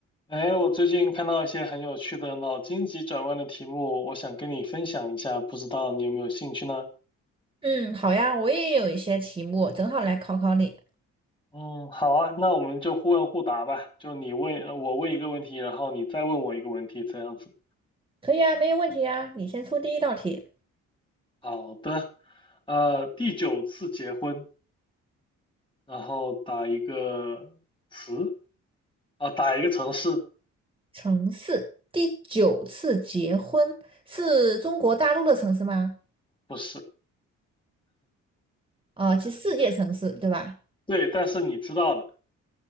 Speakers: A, on the left; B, on the right.
A: 哎，我最近看到一些很有趣的脑筋急转弯的题目，我想跟你分享一下，不知道你有没有兴趣呢？
B: 嗯，好呀，我也有一些题目，正好来考考你。
A: 嗯，好啊，那我们就互问互答吧，就你问，呃我问一个问题，然后你再问我一个问题，这样子。
B: 可以啊，没有问题啊。你先出第一道题。
A: 好的，呃，第九次结婚，然后打一个词，啊，打一个城市，
B: 城市第九次结婚是中国大陆的城市吗？
A: 不是，
B: 啊、其实世界城市对吧？
A: 对，但是你知道的，